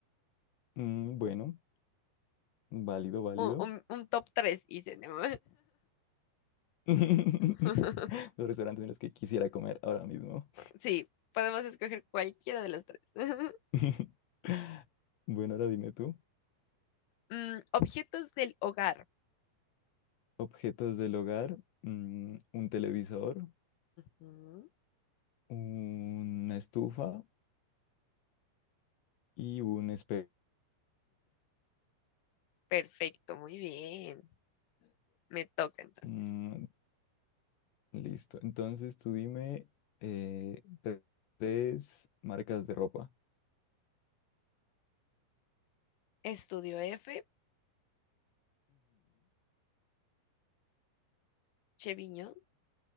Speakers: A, on the left; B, on the left.
A: mm, bueno, válido, válido.
B: Un, un- un top 3 hice, ¿no?
A: <laughs>
B: <laughs>
A: Los restaurantes en los que quisiera comer ahora mismo.
B: Sí, podemos escoger cualquiera de los tres. <laughs>
A: <laughs> Bueno, ahora dime tú.
B: Mm, objetos del hogar.
A: Objetos del hogar, mm, un televisor,
B: Ujú,
A: una estufa y un espejo.
B: Perfecto, muy bien. Me toca entonces.
A: Mm, listo. Entonces tú dime eh, tre- tres marcas de ropa.
B: Estudio F, Cheviño